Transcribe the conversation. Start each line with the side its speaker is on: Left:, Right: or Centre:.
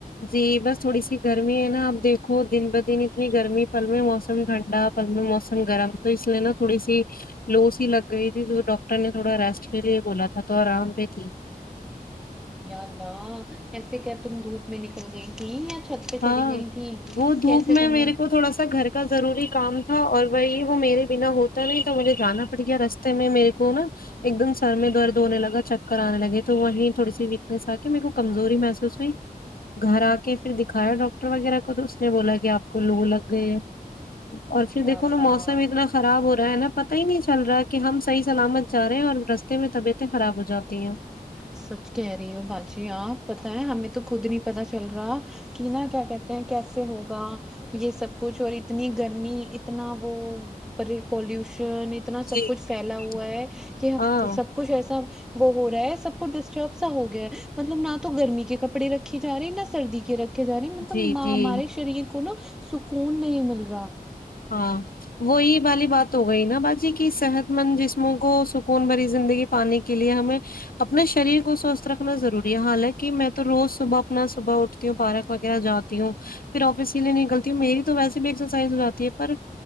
Left: جی بس تھوڑی سی گرمی ہے نا اپ دیکھو دن ب دن اتنی گرمی پل میں موسم ٹھنڈا پل میں موسم گرم تو اس لیے نا تھوڑی سی لو سی لگ گئی تھی جو ڈاکٹر نے تھوڑا ریسٹ کے لیے بولا تھا تو آرام پہ تھی
Centre: یا لا ایسے کیا تم دھوپ میں نکل گئی تیں چھت یا پہ
Left: ہاں
Centre: چلی گئی تھی
Left: وہ دھوپ
Centre: کیسے
Left: میں
Centre: تمہیں
Left: میرے کو تھوڑا سا گھر کا ضروری کام تھا اور وہی وہ میرے بنا ہوتا نہیں تو مجھے جانا پڑ گیا رستے میں میرے کو نا ایک دم سر میں درد ہونے لگا چکر آنے لگے تو وہی تھوڑی سی ویکنیس آ کے میرے کو کمزوری محسوس ہوئی گھر آ کے پھر کایا ڈاکٹر وغیرہ کو تو اس نے بولا کہ آپ کو لو لگ گئی ہے اور پھر
Centre: یا
Left: دیکو
Centre: اللہ
Left: نا موسم اتنا خراب ہو رہا ہے نا پت ہی نہیں چل رہا کہ ہم صحیح سلامت جا رہے ہیں اور رستے میں طبیعتیں خراب ہو جاتی ہیں
Centre: سچ کہہ رہی ہو باجی آپ پتہ ہے ہمیں تو خود نہیں پتا چل رہا کہ نا کیا کہتے ہیں کیسے ہوگا یہ سب کچھ اور اتنی گرمی اتنا وہ پولوشن اتنا
Left: جی
Centre: سب کچھ
Left: جی
Centre: پھیلا ہوا
Left: جی
Centre: ہے کہ
Left: ہاں
Centre: سب کچھ ایسا وہ ہو رہا ہے سب ڈسٹرب سا ہو گیا ہے مطلب نہ تو گرمی کے کپڑے رکھے جا رہی نہا سردی کے رکھتے جا رہی مطلب
Left: جی جی
Centre: ہمارے شریر کو نا سکون نہیں مل رہا
Left: ہاں وہی والی بات ہو گئی نا باجی کی صحت مند جسموں کو سکون بھری زندگی پانے کے لیے ہمیں اپنے شریر کو سوستھ رکھنا ضروری ہے حالانکہ میں تو روز صبح اپنا صبح اٹھتی ہوں پارک وغیرہ جاتی ہوں پھر آفس کے لیے نکلتی ہوں میری تو ویسے بھی ایکسرسائز ہو جاتی ہے پر